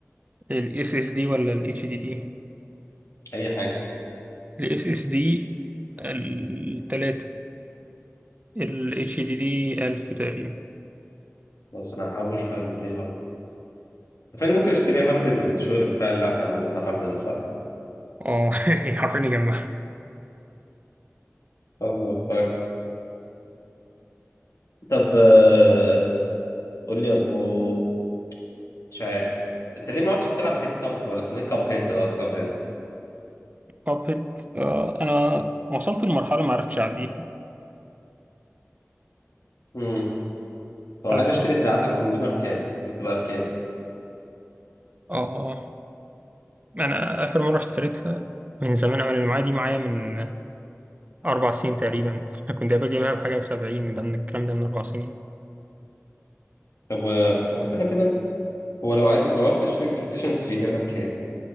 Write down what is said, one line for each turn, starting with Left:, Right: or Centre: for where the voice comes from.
Right: الاس اس دي ولا الاتش دي دي
Left: اي حاجه
Right: الاس اس دي التلاتة الاتش دي دي 1000 تقريبا
Left: بس انا هحوش واجيب لي هارد فين ممكن اشتري هارد بالشغل بتاع اللي احنا عملنا لنا هارد ده صح
Right: اه <laughs> حرفيا يجمع
Left: هارد وفاك. طب آه، قول لي يا برو مش عارف انت ليه ما عدتش بتلعب هيد كاب ولا اسمه ايه كاب هيد اه كاب هيد
Right: كابهيد آه انا وصلت لمرحله ما عرفتش اعديها
Left: امم طب انا
Right: حاسس
Left: عايز اشتري دراعات للكمبيوتر كام بتبقى بكام
Right: اه انا اخر مره اشتريتها من زمان انا اللي معايا دي معايا من اربع سنين تقريبا <laughs> كنت قبل جايبها بحاجه ب70 ده من الكلام ده من اربع سنين
Left: طب آه، هو استنى كده هو لو عايز لو عايز تشتري بلاي ستيشن 3 هيبقى بكام